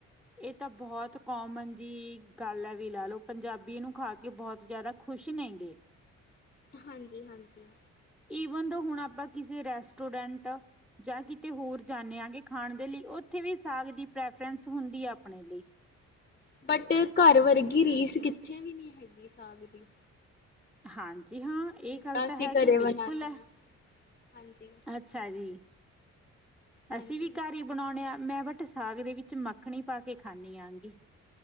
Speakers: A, in the centre; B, on the left.
A: ਇਹ ਤਾਂ ਬਹੁਤ ਕੋਮਨ ਜੀ ਗੱਲ ਹੈ ਵੀ ਲਾ ਲਓ ਪੰਜਾਬੀ ਇਹ ਨੂੰ ਖਾ ਕੇ ਬਹੁਤ ਜ਼ਿਆਦਾ ਖ਼ੁਸ਼ ਨੇ ਗੇ।
B: ਹਾਂਜੀ ਹਾਂਜੀ।
A: ਇਵਨ ਦੋ ਹੁਣ ਆਪਾਂ ਕਿਸੇ ਰੈਸਟੋਰੈਂਟ ਜਾਂ ਕਿਤੇ ਹੋਰ ਜਾਣੇ ਆ ਖਾਣ ਦੇ ਲਈ ਉਥੇ ਵੀ ਸਾਗ ਦੀ ਪ੍ਰੈਫਰਸ ਹੁੰਦੀ ਆ ਆਪਣੇ ਲਈ।
B: ਬਟ ਘਰ ਵਰਗੀ ਰੀਸ ਕਿੱਥੇ ਵੀ ਨਹੀਂ ਹੈਗੀ ਸਾਗ ਦੀ।
A: ਹਾਂਜੀ। ਜੀ ਹਾਂ ਇਹ
B: ਜਿੱਦਾਂ
A: ਗੱਲ
B: ਅਸੀਂ
A: ਤਾਂ ਹੈ
B: ਘਰੇ
A: ਬਿਲਕੁਲ
B: ਬਣਾਨੇ
A: ਹੈ।
B: ਆ, ਹਾਂਜੀ,
A: ਅੱਛਾ ਜੀ।
B: ਹਾਂਜੀ।
A: ਅਸੀਂ ਵੀ ਘਰ ਹੀ ਬਣਾਉਣੇ ਆ ਮੈਂ ਬਟ। ਬਟ ਸਾਗ ਦੇ ਵਿੱਚ ਮੱਖਣੀ ਪਾ ਕੇ ਖਾਣੀ ਆਂਗੀ।